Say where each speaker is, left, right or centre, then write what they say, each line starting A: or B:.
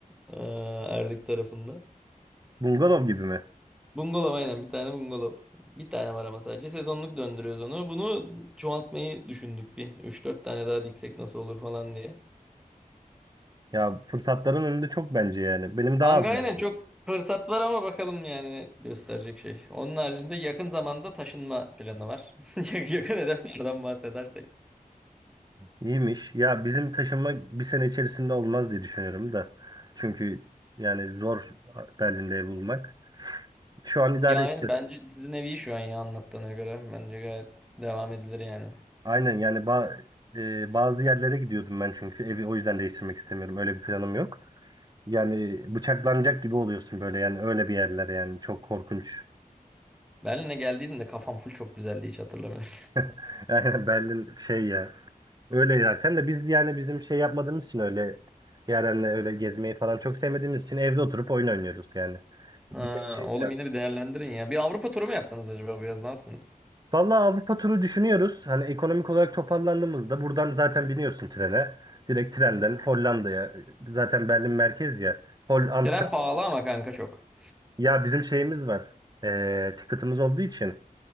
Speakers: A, in the centre; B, on the right.
A: Ee, Erdik tarafında.
B: Bungalov gibi mi?
A: Bungalov aynen bir tane bungalov. Bir tane var ama sadece sezonluk döndürüyoruz onu. Bunu çoğaltmayı düşündük bir. üç dört tane daha diksek nasıl olur falan diye.
B: Ya fırsatların önünde çok bence yani. Benim daha
A: Kanka
B: az
A: aynen
B: var.
A: çok fırsat var ama bakalım yani ne gösterecek şey. Onun haricinde yakın zamanda taşınma planı var. <laughs> Yak- Yakın hedeflerden bahsedersek.
B: İyiymiş. Ya bizim taşınma bir sene içerisinde olmaz diye düşünüyorum da. Çünkü yani zor Berlin'de ev bulmak. Şu an idare
A: Ya
B: edeceğiz.
A: aynen bence sizin evi iyi şu an ya anlattığına göre. Bence gayet devam edilir yani.
B: Aynen yani ba- e, bazı yerlere gidiyordum ben çünkü evi o yüzden değiştirmek istemiyorum. Öyle bir planım yok. Yani bıçaklanacak gibi oluyorsun böyle yani öyle bir yerler yani çok korkunç.
A: Berlin'e geldiğimde kafam full çok güzeldi hiç hatırlamıyorum.
B: <laughs> Aynen Berlin şey ya Öyle zaten de biz yani bizim şey yapmadığımız için öyle Yaren'le öyle gezmeyi falan çok sevmediğimiz için evde oturup oyun oynuyoruz yani.
A: Ha,
B: Gidecek şey
A: oğlum
B: planlıyoruz.
A: yine bir değerlendirin ya. Bir Avrupa turu mu yapsanız acaba bu yaz ne yapsanız?
B: Vallahi Avrupa turu düşünüyoruz. Hani ekonomik olarak toparlandığımızda buradan zaten biniyorsun trene. Direkt trenden Hollanda'ya. Zaten Berlin merkez ya. Hol Amsterdam.
A: Tren pahalı ama kanka çok.
B: Ya bizim şeyimiz var. Ee, ticket'ımız olduğu için